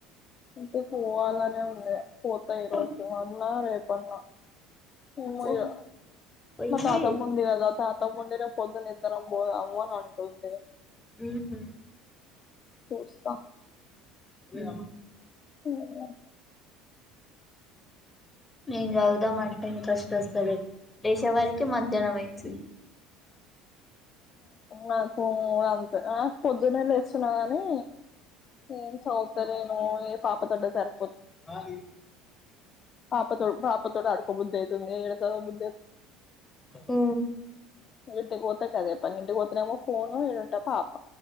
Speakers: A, on the left; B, on the left.
A: ఇంటికి పోవాలనే ఉండే పోతా ఈ
B: పో
A: రోజు అన్నా రేపన్నా. ఎమో
B: పో
A: ఇగా
B: పోయి
A: మా తాతమ్మ ఉంది కదా తాత ముండి రేపొద్దున ఇద్దరం పోదాము అని అంటుంది.
B: హుహ్
A: సూస్తా
B: హ్
A: <inaudible>
B: మేం చదువుదాం అంటే ఇంట్రెస్ట్ వస్తలేదు లేశే వరకే మధ్యాహ్నం అయితుంది.
A: నాకు కూడ అంతే నాకు పొద్దున్నే లేస్తున్నా కాని ఏం సదువుతలేను ఏ పాప తోటే సరి
B: న ఇ
A: పాపతోటి పాప తోటి ఆడుకోబుద్ది అయితుంది ఏడ చదవబు
B: ఉ
A: ఇంటికి పోతే గదె పని ఇంటికి పోతానేమో ఫోన్, ఇడ ఉంటనేమో పాప